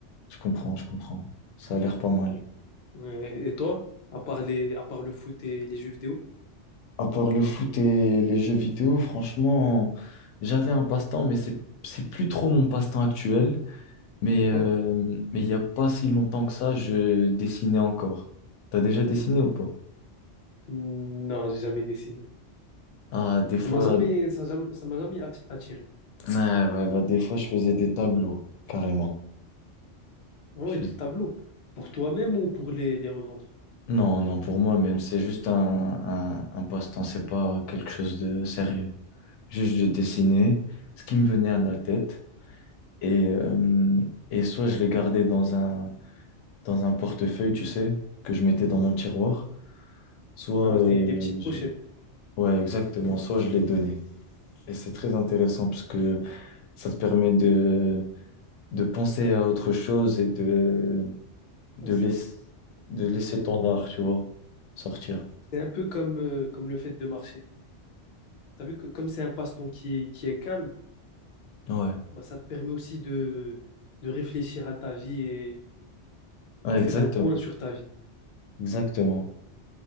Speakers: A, on the left; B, on the left.
A: je comprends, je comprends. Ça a l'air pas mal.
B: Et, ouais, et toi, à part les, à part le foot et les jeux vidéo,
A: À part le foot et les jeux vidéo, franchement, j'avais un passe-temps, mais c'est, c'est plus trop mon passe-temps actuel. Mais
B: c'est quoi?
A: euh, mais il n'y a pas si longtemps que ça, je dessinais encore. T'as déjà dessiné ou pas?
B: Non, j'ai jamais dessiné.
A: Ah, des fois,
B: Ça m'a jamais, ça jamais- ça m'a jamais atti- attiré.
A: ouais, ouais, bah, des fois, je faisais des tableaux, carrément.
B: Ah
A: Je
B: ouais,
A: faisais-
B: des tableaux. Pour toi-même ou pour les, les revendre?
A: Non, non, pour moi même, c'est juste un, un, un passe-temps, c'est pas quelque chose de sérieux. Juste, je dessinais ce qui me venait à la tête et, euh, et soit je les gardais dans un, dans un portefeuille, tu sais, que je mettais dans mon tiroir, soit,
B: Ah ouais,
A: euh,
B: des, des petites
A: je-
B: pochettes.
A: ouais, exactement, soit je les donnais. Et c'est très intéressant parce que ça te permet de, de penser à autre chose et de, de,
B: Ouais, c'est
A: laisser,
B: c'est-
A: de laisser ton art, tu vois, sortir.
B: c'est un peu comme, euh, comme le fait de marcher. T'as vu que comme c'est un passe-temps qui, qui est calme,
A: Ouais,
B: bah, ça te permet aussi de, de réfléchir à ta vie et,
A: Ouais,
B: et de
A: exactement,
B: faire un point sur ta vie.
A: exactement.